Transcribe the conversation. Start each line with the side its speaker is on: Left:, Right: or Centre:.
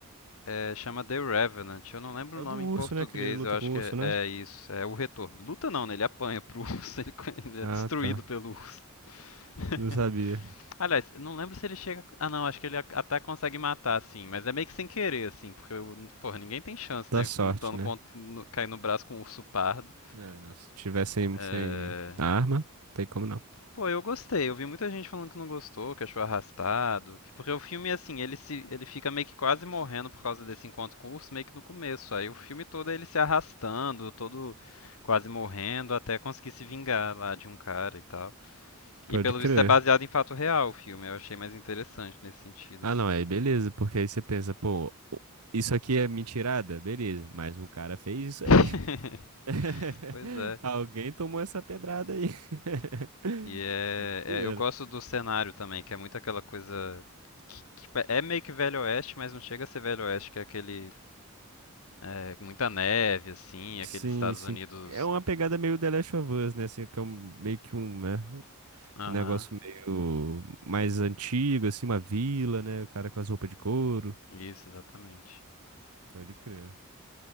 Left: é, chama The Revenant. Eu não lembro
Right: É
Left: o
Right: o
Left: nome
Right: do urso,
Left: em português,
Right: né? Que ele luta
Left: eu acho
Right: com
Left: que
Right: o urso,
Left: é,
Right: né?
Left: é isso. É o retorno. Luta não, né? Ele apanha pro urso, <laughs> ele, ele é
Right: Ah,
Left: destruído
Right: tá.
Left: pelo urso. <laughs>
Right: Não sabia.
Left: Aliás, eu não lembro se ele chega. Ah, não, acho que ele a- até consegue matar, assim, mas é meio que sem querer, assim, porque, o- porra, ninguém tem chance,
Right: Dá
Left: né?
Right: sorte,
Left: Lutando
Right: né?
Left: contra. No... cair no braço com um urso pardo.
Right: É, não. Se tiver sem,
Left: É...
Right: sem arma, tem como não.
Left: Pô, eu gostei. Eu vi muita gente falando que não gostou, que achou arrastado. Que... Porque o filme, assim, ele se ele fica meio que quase morrendo por causa desse encontro com o urso, meio que no começo. Aí o filme todo é ele se arrastando, todo quase morrendo, até conseguir se vingar lá de um cara e tal.
Right: Pode
Left: E pelo
Right: crer.
Left: visto é baseado em fato real o filme. Eu achei mais interessante nesse sentido,
Right: Ah,
Left: assim.
Right: não, aí beleza, porque aí você pensa, pô, o- isso aqui é mentirada? Beleza, mas um cara fez isso
Left: <laughs>
Right: aí. <laughs>
Left: Pois é.
Right: Alguém tomou essa pedrada aí. <laughs>
Left: E é,
Right: Doideira.
Left: é- eu gosto do cenário também, que é muito aquela coisa que, que pa- é meio que Velho Oeste, mas não chega a ser Velho Oeste, que é aquele é, muita neve assim, aqueles
Right: Sim,
Left: Estados
Right: sim.
Left: Unidos.
Right: É uma pegada meio The Last of Us, né? Assim, que é um- meio que um, né?
Left: Aham,
Right: Um negócio meio mais antigo, assim, uma vila, né? O cara com as roupas de couro.
Left: isso, exatamente.
Right: Pode crer.